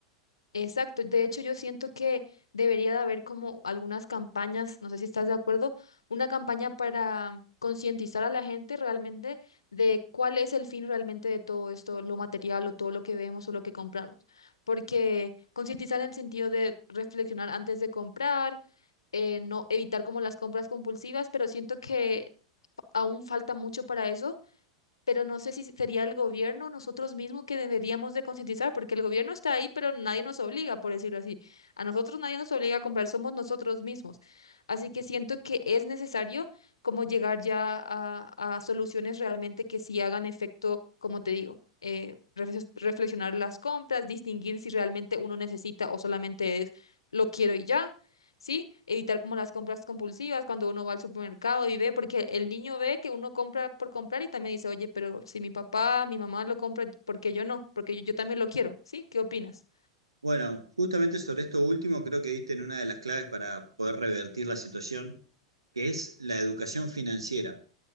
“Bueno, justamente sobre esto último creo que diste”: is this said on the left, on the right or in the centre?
Right